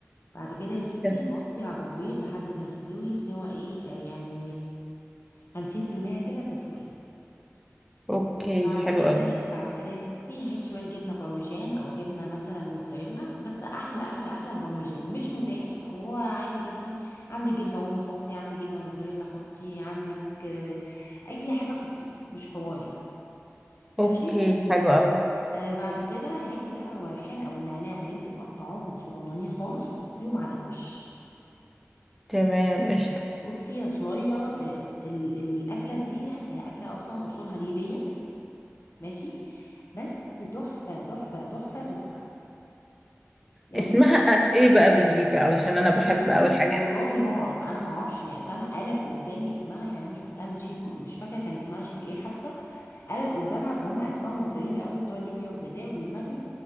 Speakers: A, on the left (about 60°); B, in the centre.
A: بعد كده يا ستي
B: أوكي
A: نغطي على البيض لحد ما يستوي سوا ايه آه، يعني خمسين في المية كده تسوية
B: أوكي،
A: بعد
B: حلو
A: كده
B: أوي
A: بعد كده يا ستي هات شوية جبنة بارميجان أو جبنة مثلا موتزاريلا بس أحلى أحلى أحلى البارميجان مش متاح وعادي جدا عندك جبنة رومي حطي عندك جبنة موتزاريلا حطي عندك آه، أي حاجة حطيها مش حوار يعني ماشي
B: أوكي حلو أوي
A: آه بعد كده هاتي بقى الريحان أو النعناع اللي انت مقطعاهم صغننين خالص وحطيهم على الوش
B: تمام قشطة
A: بصي يا صويا آه، ال- الاكله دي آه، اكله اصلا اصولها ليبيه ماشي بس تحفه تحفه تحفه تحفه يعني
B: اسمها أ- ايه بقى بالليبي علشان انا بحب
A: والله
B: اوي الحاجات
A: والله
B: دي.
A: ما اعرف انا ما اعرفش يعني فاهمه قالت قدامي اسمها يعني انا شفتها من شيف مش فاكره كان اسمها شيف ايه حتى قالت قدامها فهم اسمائهم غريبه قوي بتوع ليبيا والجزائر والمغرب